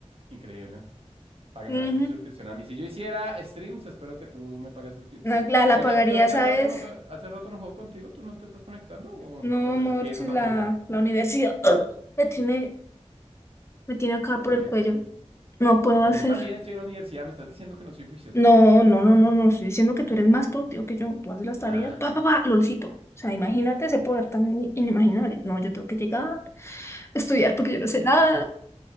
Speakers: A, on the right; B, on the left.
A: Increíble. ¿eh? Págame
B: Ujú.
A: una suscripción a mí. Si yo hiciera streams, espero que tú me pagues suscripción.
B: La, la, la
A: Oye,
B: pagaría,
A: yo hace
B: ¿sabes?
A: rato no juego, hace rato no juego contigo. ¿Tú no te estás conectando o,
B: No,
A: o te-
B: Morchis,
A: tienes otra
B: la,
A: cuenta?
B: la universidad <clears throat> me tiene, me tiene acá
A: ¿De
B: por el
A: qué?
B: cuello. No puedo
A: Pero
B: hacer.
A: yo también estoy en la universidad. Me estás diciendo que no soy juicioso.
B: No, no, no, no, no. Estoy diciendo que tú eres más productivo que yo. Tú haces las tareas,
A: Ah.
B: pa, pa, pa, lolcito. O sea, imagínate ese poder tan in- inimaginable. No, yo tengo que llegar, estudiar porque yo no sé nada.